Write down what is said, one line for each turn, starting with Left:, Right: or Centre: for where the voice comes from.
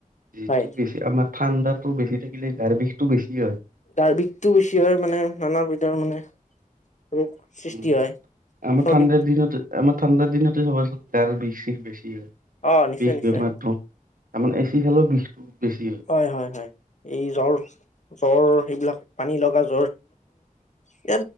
Right: যিটো
Left: হয়
Right: বেছি আমা ঠাণ্ডাটো বেছি থাকিলে গাৰ বিষটো বেছি হয়।
Left: গাৰ বিষটো বেছি হয় মানে, আমাৰ ভিতৰৰ মানে ৰোগ সৃষ্টি
Right: উম,
Left: হয়
Right: আমাৰ
Left: চৰ্দিত
Right: ঠাণ্ডাৰ দিনতে-আমাৰ ঠাণ্ডাৰ দিনতে চাবাচোন গাৰ বিষ বিষ বেছি হয়।
Left: অ', নিশ্চয়
Right: বিষ
Left: নিশ্চয়,
Right: বেমাৰটো আমাৰ এচি খালেও বিষটো বেছি
Left: হয় হয় হয়, এই জ্বৰ-জ্বৰ সেইবিলাক, পানী লগাজ <unintelligible>